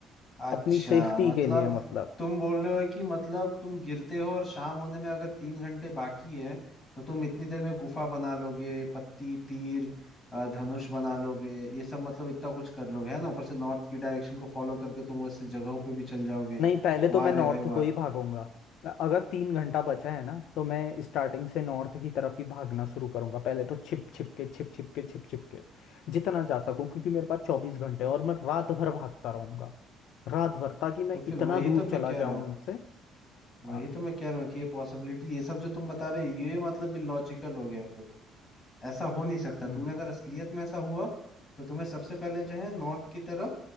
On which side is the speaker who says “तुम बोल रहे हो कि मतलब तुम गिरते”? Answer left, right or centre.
Left